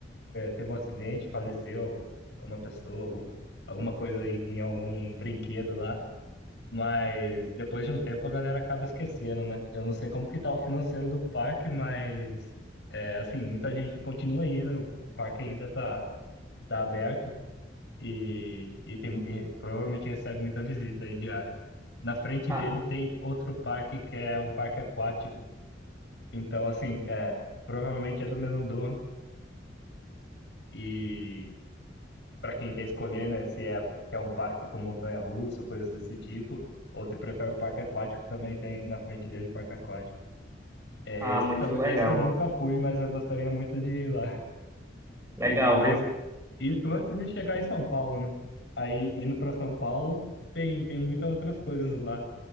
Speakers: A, on the left (about 70°); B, on the right (about 15°).
A: teve um acidente, faleceu uma pessoa, algum, alguma coisa em, em algum brinquedo lá. Mas depois de um tempo a galera acaba esquecendo, né? Eu não sei como que tá o financeiro do parque, mas é, assim, muita gente continua indo, o, o parque ainda tá, tá aberto e, e, tem, e provavelmente recebe muita visita aí diária. Na frente
B: Ah,
A: dele tem outro parque que é um parque aquático. Então, assim, é, provavelmente é do mesmo dono. E para quem quer escolher, né, se é, que é um parque com montanha-russa, ou coisas desse tipo, ou se prefere o parque aquático, também tem na frente dele o parque aquático. É,
B: ah,
A: esse,
B: muito
A: tam-
B: legal.
A: esse eu nunca fui, mas eu gostaria muito de ir lá. E,
B: Legal,
A: mas
B: viu?
A: isso antes de chegar em São Paulo, né? Aí, indo para São Paulo, tem, tem muitas outras coisas lá.